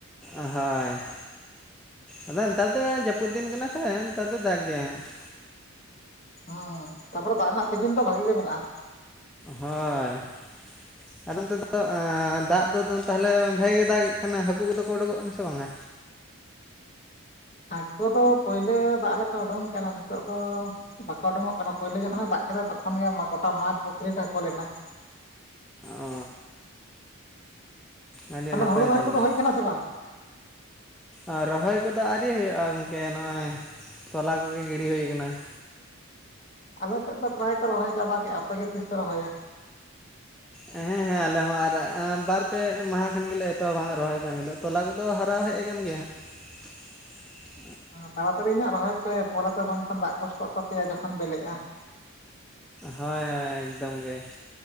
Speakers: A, in the centre; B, on the left.
A: ᱚ ᱦᱳᱭ ᱾ ᱟᱫᱚ ᱱᱮᱛᱟᱨ ᱫᱚ ᱡᱟᱹᱯᱩᱫ ᱫᱤᱱ ᱠᱟᱱᱟ ᱥᱮ ᱱᱮᱛᱟᱨ ᱫᱚ ᱫᱟᱜ ᱜᱮᱭᱟ ᱦᱟᱸ ᱾
B: ᱚ ᱛᱟᱯᱚᱨᱮ ᱫᱟᱜ ᱨᱮᱱᱟᱜ ᱥᱤᱡᱤᱱ ᱫᱚ ᱵᱷᱟᱜᱤ ᱜᱮ ᱢᱮᱱᱟᱜ-ᱟ ᱾
A: ᱦᱚᱭ ᱾ ᱟᱫᱚ ᱱᱚᱛᱮ ᱫᱚ ᱫᱟᱜ ᱫᱚ ᱛᱟᱦᱚᱞᱮ ᱵᱷᱟᱜᱮ ᱜᱮ ᱫᱟᱜᱮᱫ ᱠᱷᱟᱱᱮ ᱦᱟᱹᱠᱩ ᱠᱚᱫᱚ ᱠᱚ ᱩᱰᱩᱠᱚᱜ ᱠᱟᱱᱟ ᱥᱮ ᱵᱟᱝᱟ?
B: ᱟᱠᱚ ᱫᱚ ᱯᱳᱭᱞᱳ ᱫᱟᱜ ᱨᱮᱠᱚ ᱩᱵᱳᱝ ᱠᱟᱱᱟ ᱱᱤᱛᱳ ᱫᱚ ᱵᱟᱠᱚ ᱩᱰᱳᱠᱚᱜ ᱠᱟᱱᱟ ᱯᱳᱭᱞᱳ ᱡᱚᱠᱷᱚᱱᱮ ᱫᱟᱜᱼᱼ ᱠᱮᱫ ᱛᱚᱠᱷᱚᱱ ᱜᱮ ᱜᱚᱴᱟ ᱢᱟᱴ ᱯᱩᱠᱷᱨᱤ ᱛᱟᱠᱚᱞᱱᱟ ᱾
A: ᱚᱻ ᱟᱹᱰᱤ
B: ᱛᱟᱦᱚᱞᱮ
A: ᱱᱟᱯᱟᱭ
B: ᱦᱩᱲᱩ ᱨᱚᱦᱚᱭ
A: ᱛᱟᱞᱚᱝ
B: ᱠᱚᱫᱚ ᱦᱩᱭ
A: ᱾
B: ᱠᱟᱱᱟ ᱥᱮ ᱵᱟᱝ?
A: ᱟᱨ ᱨᱚᱦᱚᱭ ᱠᱚᱫᱚ ᱟᱹᱣᱨᱤ ᱦᱩᱭᱩᱼᱟ ᱜᱚᱝᱠᱮ ᱱᱚᱜᱼᱚᱭ ᱛᱚᱞᱟ ᱠᱚᱜᱮ ᱜᱤᱰᱤ ᱦᱩᱭᱩ ᱠᱟᱱᱟ ᱾
B: ᱟᱞᱮᱥᱮᱫ ᱫᱚ ᱯᱮᱨᱟᱭ ᱠᱚ ᱨᱚᱦᱚᱭ ᱪᱟᱵᱟ ᱠᱮᱫᱼᱟ ᱾ ᱟᱯᱮ ᱜᱮ ᱛᱤᱥ ᱯᱮ ᱨᱚᱦᱚᱭᱟ?
A: ᱦᱮᱸ ᱦᱮᱸ ᱾ ᱦᱮᱸ ᱟᱞᱮ ᱦᱚᱸ ᱟᱨ ᱵᱟᱨ ᱯᱮ ᱢᱟᱦᱟ ᱠᱷᱟᱱ ᱜᱮᱞᱮ ᱮᱛᱚᱦᱚᱵ ᱦᱟᱜ ᱨᱚᱦᱚᱭ ᱠᱟᱹᱢᱤ ᱫᱚ, ᱛᱚᱞᱟ ᱠᱚᱫᱚ ᱦᱟᱨᱟᱣ ᱦᱮᱡ ᱟᱠᱟᱱ ᱜᱮᱭᱟ ᱾ <inaudible>
B: ᱛᱟᱲᱟ ᱛᱟᱲᱤ ᱧᱚᱜ ᱨᱚᱦᱚᱭ ᱯᱮ ᱯᱚᱨᱮ ᱛᱚ ᱵᱟᱝᱠᱷᱟᱱ ᱫᱟᱜ ᱠᱚᱥᱴᱚ ᱛᱟᱯᱮᱭᱟ ᱡᱚᱠᱷᱚᱱ ᱵᱮᱞᱮᱭᱟ ᱾
A: ᱦᱚᱭ ᱦᱚᱭ ᱮᱠᱫᱚᱢ ᱜᱮ ᱾